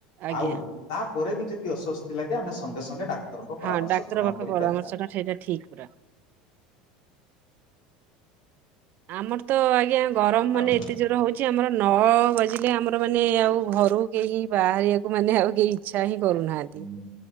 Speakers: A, on the right; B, on the left.
A: ଆଜ୍ଞା
B: ଆଉ ତାପରେ ବି ଯଦି ଅସ୍ୱସ୍ଥି ଲାଗେ ଆମେ ସଙ୍ଗେ ସଙ୍ଗେ ଡାକ୍ତରଙ୍କ
A: ହଁ
B: ପରାମର୍ଶ
A: ଡାକ୍ତର
B: ଗ୍ରହଣ
A: ପାଖ
B: କରିପାରିବା।
A: ପରାମର୍ଶ ଟା ସେଇଟା ଠିକ୍ ପୁରା। ଆମର ତ ଆଜ୍ଞା ଗରମ ମାନେ
B: ଆଉ
A: ଏତେ ଯୋର ରେ ହଉଛି ଆମର ନ ବାଜିଲେ ଆମର ମାନେ ଆଉ ଘରୁ କେହି ବାହାରିବାକୁ ମାନେ ଆଉ କେହି ଇ ଇଚ୍ଛା ହିଁ କରୁନାହାନ୍ତି।
B: ହୁଁ